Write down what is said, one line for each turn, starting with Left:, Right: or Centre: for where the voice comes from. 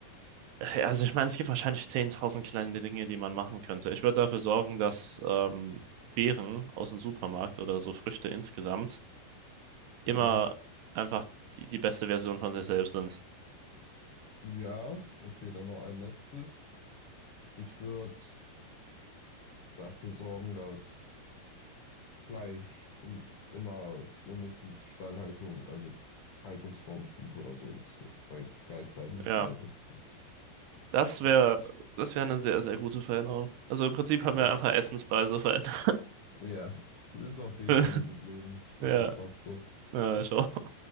Right: äh, also ich meine, es gibt wahrscheinlich 10.000 kleine Dinge, die man machen könnte. Ich würde dafür sorgen, dass ähm, Beeren aus dem Supermarkt oder so Früchte insgesamt immer
Left: ja.
Right: einfach die, die beste Version von sich selbst sind.
Left: Ja, okay, dann noch ein letztes. Ich würde dafür sorgen, dass Fleisch im, immer mindestens Stallhaltung, also Haltungsraum 5 oder so ist, so bei gleich bleibenden
Right: Ja,
Left: Preisen. Das,
Right: das
Left: das
Right: wäre,
Left: ist
Right: das wäre eine sehr, sehr gute Veränderung. Also im Prinzip haben wir
Left: okay.
Right: einfach Essenspreise verändert.
Left: Ja, ist okay,
Right: <laughs>
Left: kann ich mit leben. Ich glaube,
Right: Ja,
Left: das passt so.
Right: ja, schon.